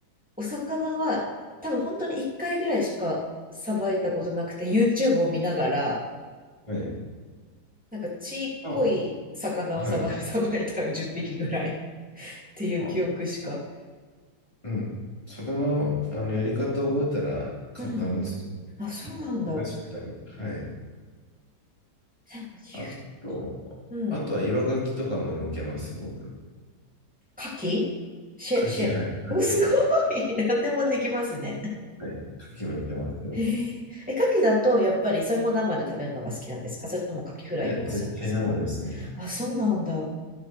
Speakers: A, in the centre; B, on the left.
A: お魚は多分本当に1回ぐらいしかさばいたことなくて、YouTube を見ながら、
B: はい。
A: なんかちっこい魚をさば、
B: あ、はい。
A: <laughs> さばいた10匹ぐらいっていう記憶しか。
B: あ、うん。魚の、あの、やり方覚えたら簡単ですよ。
A: うん。あ、そうなんだ。
B: 難しくない。
A: で
B: はい。
A: も
B: あと、
A: 言う、うん。
B: あとは岩牡蠣とかも向けます、僕。
A: 牡蠣シェ、
B: 牡蠣、
A: シェ、
B: はい。牡蠣。
A: お、すごい。<laughs> 何でもできますね。
B: はい。牡蠣もいけますよ。
A: へえ。え、牡蠣だとやっぱりそれも生で食べるのが好きなんですかそれとも牡蠣フライとかするんですか
B: いや、絶対生ですね。
A: あ、そうなんだ。